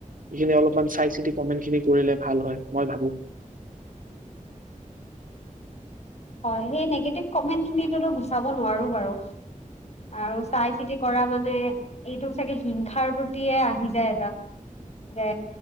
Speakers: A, on the right (about 80°); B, on the left (about 50°).
A: সেইখিনি অলপমান চাই -চিতি কমেন্টখিনি কৰিলে ভাল হয় মই ভাবো!
B: হয় সেই নিগেটিভ কমেণ্ট খিনিতো গুচাব নোৱাৰো বাৰু আৰু চাই চিতি কৰা মানে এইটো চাগে হিংসাৰ প্ৰতিয়ে আহি যায় এটা যে